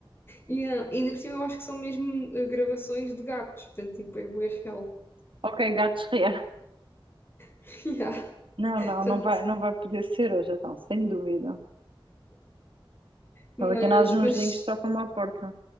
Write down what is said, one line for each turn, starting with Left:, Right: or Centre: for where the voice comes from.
Left: Yeah. E ainda por cima eu acho que são mesmo eh, gravações de gatos, portanto, tipo, é bué real.
Right: Ok, gatos <laughs> reais.
Left: <laughs> Yeah.
Right: Não,
Left: Portanto,
Right: não, não vai, não vai poder ser hoje, então, sem dúvida.
Left: Mas,
Right: Olha aqui nós mãozinhos
Left: mas,
Right: tocam-me à porta.